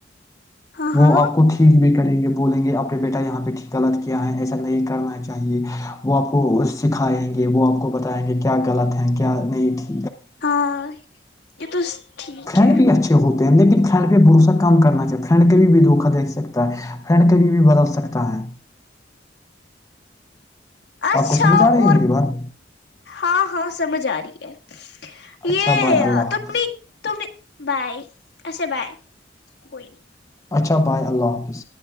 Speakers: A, on the left; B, on the left.
A: ہاں ہاں
B: وہ آپ کو ٹھیک بھی کر کریں گے بولیں گے اپنے بیٹا یہاں بیہ ٹھیک غلط کیا ہے ایسا نہیں کرنا چاہیے وہ آپ کو سکھائیں گے وہ آپ کو بتائیں گے کیا غلط ہیں کیا نہیں تھی
A: ہاں یہ تو ٹھیک
B: فن
A: ہے
B: بھی اچھے ہوتے ہیں لیکن ف فرینڈ پہ بھروسا کام کرنا چاہیے فرینڈ کا بھی بھی دھوکا دیکھ سکتا ہے فرینڈ ک بھی بھی بدل سکتا ہے
A: اچھا
B: آپ کو سمجھ آ رہی
A: اور
B: ہے میری بات
A: ہاں ہاں سمجھ آ رہی ہے
B: اچھا
A: یہ
B: بھائی اللہ
A: ت
B: حافظ
A: ت بائی اچھا بائی کوئی نہیں
B: اچھا پائے اللہ حافظ